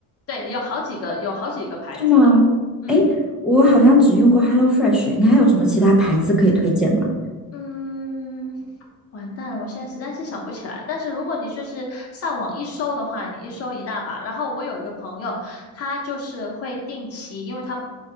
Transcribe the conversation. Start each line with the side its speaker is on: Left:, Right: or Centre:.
Left: 对，有好几个有好几个牌子的，
Centre: 是吗？
Left: 嗯。
Centre: 哎，我好像只用过 Hello Fresh，你还有什么其他牌子可以推荐吗？
Left: 嗯，完蛋了，我现在实在是想不起来。但是如果你就是上网一搜的话，你一搜一大把。然后我有一个朋友，他就是会定期，因为他